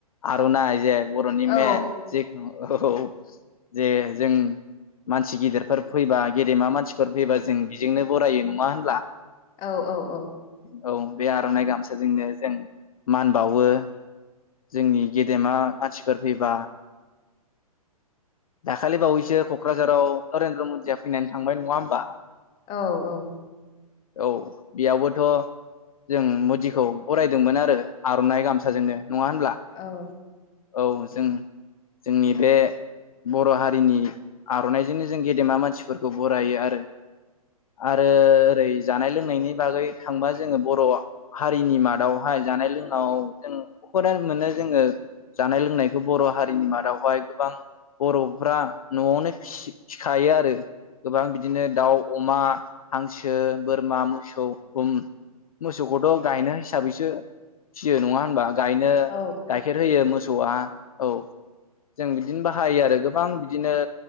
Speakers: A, on the left; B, on the left.
A: आर'नाइ जे बर'नि
B: औ
A: मेन जेखुनु औ जे जों मानसि गिदिरफोर फैबा गेदेमा मानसिफोर फैबा जों बेजोंनो बरायो नङा होनब्ला?
B: औ औ
A: औ बे आर'नाइ गामसाजोंनो जों मान बावो जोंनि गेदेमा मानसिफोर फैबा दाखालि बावैसो क'क्राझाराव नरेन्द्र मदिया फैनानै थांबाय नङा होमबा?
B: औ औ
A: औ बेयावबो थ' जों मदिखौ बरायदोंमोन आरो आर'नाइ गामसाजोंनो। नङा होनब्ला
B: औ
A: औ जों जोंनि बे बर' हारिनि आर'नाइजोंनो जों गेदेमा मानसिफोरखौ बरायो आरो आरो ओरै जानाय लोंनायनि बागै थांबा जोङो बर' हारिनि मादावहाय जानाय लोंनायाव जों बुहुदानो मोनो जोङो जानाय लोंनायखौ बर' हारिनि मादावहाय गोबां बर'फ्रा न'आवनो फिसि-फिखायो आरो गोबां बिदिनो दाउ, अमा, हांसो, बोरमा, मोसौ ओम मोसौखौथ' गायनो हिसाबैसो फियो नङा होनबा? गायनो
B: औ
A: गाइखेर होयो मोसौआ औ जों बिदिनो बाहायो आरो गोबां बिदिनो